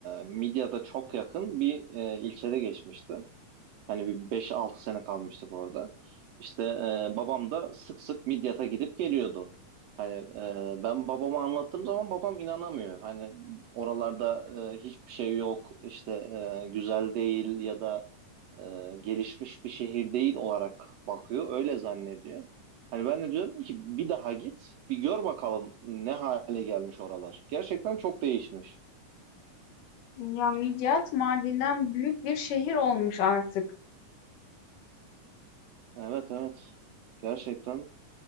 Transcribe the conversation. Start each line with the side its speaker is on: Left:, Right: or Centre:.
Right: Midyat'a çok yakın bir e, ilçede geçmişti. Hani bir beş altı sene kalmıştık orada. İşte e, babam da sık sık Midyat'a gidip geliyordu. Hani e, ben babama anlattığım zaman babam inanamıyor. Hani oralarda e, hiçbir şey yok, işte e, güzel değil ya da e, gelişmiş bir şehir değil olarak bakıyor. Öyle zannediyor. Hani ben de diyorum ki bir daha git, bir gör bakalım ne hale gelmiş oralar. Gerçekten çok değişmiş.
Left: Ya Midyat Mardin'den büyük bir şehir olmuş artık.
Right: Evet evet. Gerçekten